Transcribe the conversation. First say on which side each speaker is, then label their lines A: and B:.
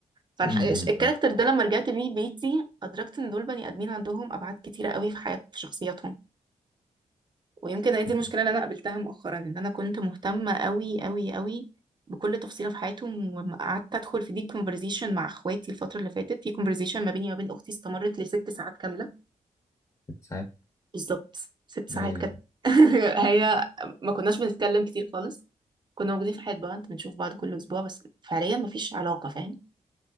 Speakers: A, on the right; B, on the left.
A: فالكاركتر
B: امم
A: ده لما رجعت بيه بيتي ادركت ان دول بني ادمين عندهم ابعاد كتيره قوي في حياه في شخصياتهم ويمكن هي دي
B: أكيد
A: المشكله اللي انا قابلتها مؤخرا ان انا كنت مهتمه قوي قوي قوي بكل تفصيله في حياتهم وقعدت ادخل في ديب كونفرزيشن مع اخواتي الفتره اللي فاتت في كونفرزيشن ما بيني وما بين اختي استمرت لست ساعات كامله
B: ساعات
A: بالظبط ست ساعات
B: ل
A: كانت <laughs> هي ما كناش بنتكلم كتير خالص كنا موجودين في حياة بعض بنشوف بعض كل أسبوع بس فعليا مفيش علاقة فاهم